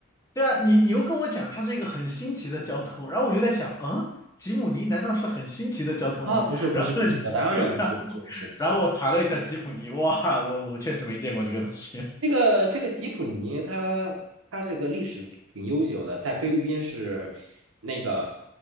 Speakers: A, on the left (about 15°); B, on the right (about 80°).
A: 对啊，你你又跟我讲它是一个很新奇的交通，然后我就在想，嗯，吉姆尼难道是很新奇的交通吗？
B: 啊，不是不是不是，
A: 然后呢你
B: 我当然不是不是不是不是，
A: <laughs> 然后我查了一下吉普尼，哇，我我确实没见过这个东西。
B: 这个这个吉普尼它它这个历史挺悠久的，在菲律宾是那个